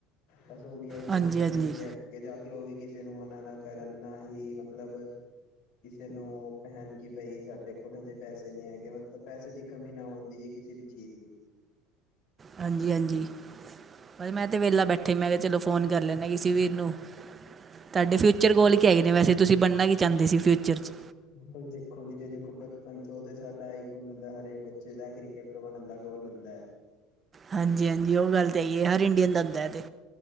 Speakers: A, on the left; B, on the right.
A: ਬਸ ਔ ਵੀ ਐਹੀ ਚਾਹੁੰਦੇ
B: ਹਾਂਜੀ ਹਾਂਜੀ
A: ਨੇ ਕਿ ਅੱਗੇ ਜਾ ਕੇ ਓ ਵੀ ਕਿਸੇ ਨੂੰ ਮਨਾ ਨਾ ਕਰਨ ਨਾ ਹੀ ਮਤਲਬ ਕਿਸੇ ਨੂੰ ਕਹਿਣ ਕਿ ਬਈ ਸਾਡੇ ਕੋਲ ਹਜੇ ਪੈਸੇ ਨੀ ਹੈਗੇ ਮਤਲਬ ਪੈਸੇ ਦੀ ਕਮੀ ਨਾ ਹੁੰਦੀ। ਕਿਸੇ ਵੀ ਚੀਜ਼ ਦੀ।
B: ਹਾਂਜੀ ਹਾਂਜੀ। ਮ ਮੈਂ ਤੇ ਵੇਹਲਾ ਬੈਠਾ। ਮੈਂ ਕਿਹਾ ਚਲੋ ਫੋਨ ਕਰ ਲੈਨਾ ਕਿਸੀ ਵੀਰ ਨੂੰ। ਤੁਹਾਡੇ
A: ਹੁਂ
B: ਫਿਊਚਰ ਗੋਲ ਕੀ ਹੈਗੇ ਨੇ ਵੈਸੇ ਤੁਸੀਂ ਬਣਨਾ ਕੀ ਚਾਹੁੰਦੇ ਸੀ ਫਿਊਚਰ 'ਚ
A: ਹਾਂਜੀ। ਦੇਖੋ ਵੀਰੇ ਦੇਖੋ ਬਚਪਨ ਤੋਂ ਤੇ ਸਾਡਾ ਐ ਈ ਗੋਲ ਹੁੰਦਾ ਹਰੇਕ ਬੱਚੇ ਦਾ ਕ੍ਰਿਕੇਟਰ ਬਣਨ ਦਾ ਗੋਲ ਹੁੰਦਾ ਐ।
B: ਹਾਂਜੀ ਹਾਂਜੀ ਓ ਗੱਲ ਤਾਂ ਹੈਗੀ ਹੈ ਹਰ ਇੰਡੀਅਨ ਦਾ ਹੁੰਦਾ ਐ ਤੇ।